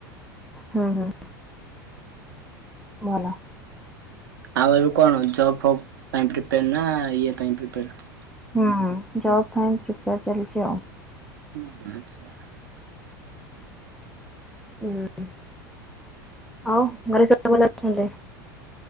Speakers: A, in the centre; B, on the right.
A: ହୁଁ ହୁଁ। ଭଲ
B: ଆଉ ଏବେ କଣ ଜବ୍ ଫବ୍ ପାଇଁ ପ୍ରିପାଏରେ ନା ଇଏ ପାଇଁ ପ୍ରିପାଏରେ?
A: ହୁଁ ଜବ୍ ପାଇଁ ପ୍ରିପେୟାର ଚାଲିଛି ଆଉ।
B: ହୁଁ ଆଚ୍ଛା।
A: ହୁଁ ଆଉ ଘରେ ସବୁ <unintelligible> ଅଛନ୍ତି।